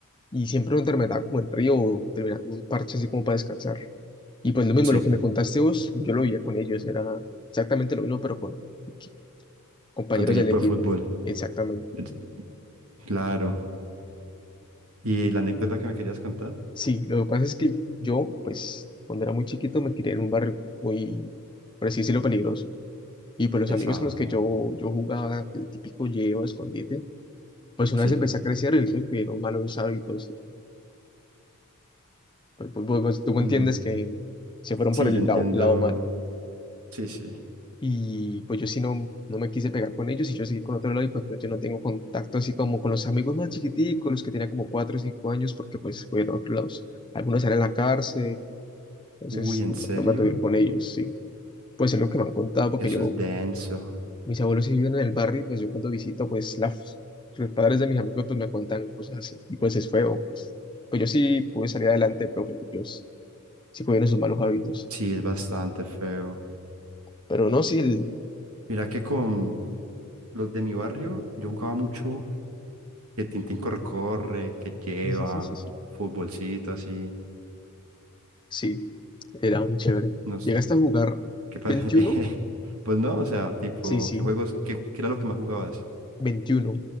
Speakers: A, on the left; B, on the right.
A: y siempre uno terminaba como en río o terminaba en un parche así como para descansar. Y pues lo mismo,
B: Sí,
A: lo que me contaste vos, yo lo vivía con ellos. Era exactamente lo mismo pero con equi- compañeros
B: con tu equipo
A: del equipo.
B: de fútbol.
A: Exactamente.
B: Es- Claro. Y la anécdota que me querías contar,
A: Sí, lo que pasa es que yo, pues, cuando era muy chiquito me crié en un barrio muy preciso y lo peligroso. Y pues los
B: pesado.
A: amigos con los que yo, yo jugaba, el típico llevo, escondite, pues una
B: Sí.
A: vez empecé a crecer y ellos me dieron malos hábitos. Pues, pues, pues, pues, tú me
B: Mm,
A: entiendes que se fueron
B: Sí,
A: por el
B: yo entiendo.
A: lado, lado malo.
B: Sí, sí.
A: Y pues yo sí no, no me quise pegar con ellos y yo seguí con otro lado y pues yo no tengo contacto así como con los amigos más chiquiticos, los que tenía como cuatro o cinco años, porque pues fueron a otros lados. Algunos eran en la cárcel, entonces
B: Uy, ¿en
A: no,
B: serio?
A: no me pegué con ellos, sí. Pues es lo que me han contado, porque
B: Eso
A: yo,
B: es denso.
A: mis abuelos sí viven en el barrio, y pues yo cuando visito, pues las, los padres de mis amigos pues me cuentan cosas así, y pues es feo, pues, Pues yo sí pude salir adelante, pero pues ellos sí cogieron sus malos hábitos,
B: Sí, es bastante feo.
A: pero no, sí, el,
B: Mira que con los de mi barrio, yo jugaba mucho que Tintín corre, corre, que lleva,
A: <laughs>
B: futbolcito así.
A: sí, era muy chévere.
B: Nos,
A: ¿Llegaste a jugar
B: ¿qué pasa?
A: veintiuno
B: <laughs> Pues no, o sea, tipo,
A: Sí, sí,
B: ¿qué juegos, qué, qué era lo que más jugabas?
A: veintiuno